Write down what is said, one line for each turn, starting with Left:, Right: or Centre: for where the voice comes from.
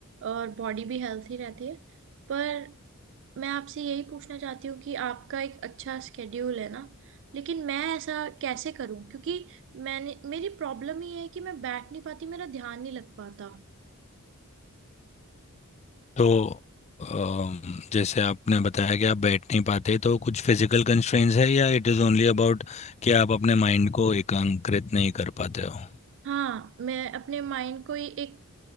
Right: और बॉडी भी हेल्थी रहती है पर मैं आपसे यही पूछना चाहती हूँ कि आपका एक अच्छा स्केड्यूल है ना लेकिन मैं ऐसा कैसे करूँ क्योंकि मैंने मेरी प्रॉब्लम ये है कि मैं बैठ नहीं पाती मेरा ध्यान नहीं लग पाता
Left: तो अम, जैसे आपने बताया कि आप बैठ नहीं पाते तो कुछ फिजिकल कंस्ट्रेंट्स है या इट इज़ ओनली अबाउट कि आप अपने माइंड को एकांकृत नहीं कर पाते हो
Right: हाँ मैं अपने माइंड को ही एक